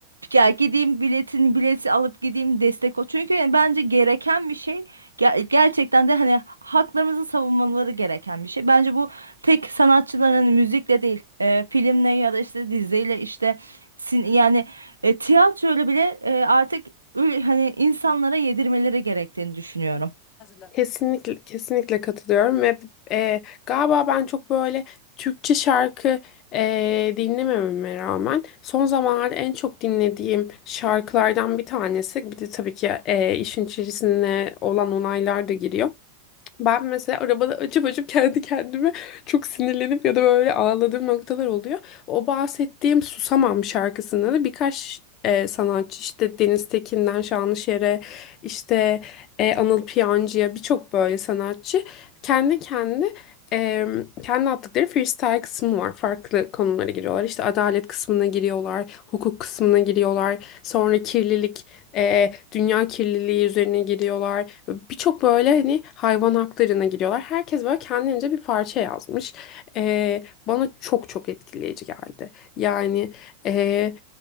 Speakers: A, on the right; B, on the left.
A: ya gideyim biletini bileti alıp gideyim destek ol. Çünkü yani bence gereken bir şey Ger- gerçekten de hani haklarımızı savunmaları gereken bir şey. Bence bu tek sanatçıların hani müzikle değil e, filmle ya da işte diziyle işte Sin- yani e, tiyatroyla bile e, artık ül- hani insanlara yedirmeleri gerektiğini düşünüyorum.
B: de. Kesinlikle kesinlikle katılıyorum ve e, galiba ben çok böyle Türkçe şarkı e, dinlemememe rağmen son zamanlarda en çok dinlediğim şarkılardan bir tanesi bir de tabii ki e, işin içerisine olan onaylar da giriyor. Ben mesela arabada açıp açıp kendi kendime çok sinirlenip ya da böyle ağladığım noktalar oluyor. O bahsettiğim Susamam şarkısında da birkaç e, sanatçı işte Deniz Tekin'den Şanlışer'e işte e, Anıl Piyancı'ya birçok böyle sanatçı kendi kendi e, kendi attıkları freestyle kısmı var. Farklı konulara giriyorlar. İşte adalet kısmına giriyorlar, hukuk kısmına giriyorlar. Sonra kirlilik e, dünya kirliliği üzerine giriyorlar. Birçok böyle hani hayvan haklarına giriyorlar. Herkes böyle kendince bir parça yazmış. E, bana çok çok etkileyici geldi. Yani e,